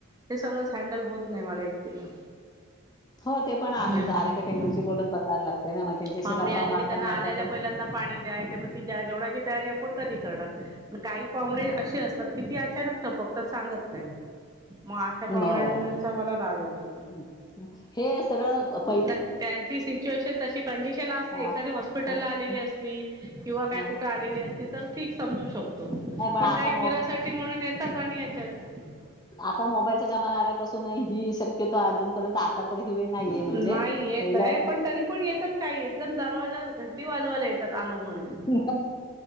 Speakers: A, on the right; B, on the left.
A: हे सगळंच हँडल होत नाही मला एकटीला.
B: हो ते पण आहे
A: हम्म
B: आले का त्यांच्याशी बोलून बसायला लागते ना मग त्यांच्याशी
A: पाहुणे
B: गप्पा
A: आले
B: मारता
A: की
B: मारता
A: आल्याला
B: ते.
A: त्यांना पाणी द्या जेवणाची तयारी आपण कधी करणार काही पाहुने अशे असतात. किती अचानक टपकतात सांगत नाही मग अशा पाहुण्यांचा
B: हो
A: मला राग येतो.
B: हं. हे सगळं बप ''--''
A: नाय त्यांची सिच्युएशन तशी कंडिशन असली
B: अ,
A: एखादी हॉस्पिटलला
B: अ,
A: आलेली
B: अ,
A: असली. किंवा काय
B: अ,
A: कुठे आलेली असली. तर ठीक समजू शकतो
B: नाही
A: पण
B: आता
A: काही फिरासाठी म्हणून येतात आणि येतात.
B: आंता मोबाईलचां जमांना आल्यांपासून ही शक्यंता अजूंन आंता ही वेळं नाहींये
A: नाही
B: म्हणजे
A: येत
B: पहिलां
A: आहे
B: असं
A: पण तरी पणं येतांत कांहीं एकदंम दरवांजा घंटी वाजवांयला येतांत आलो म्हणूंन
B: हं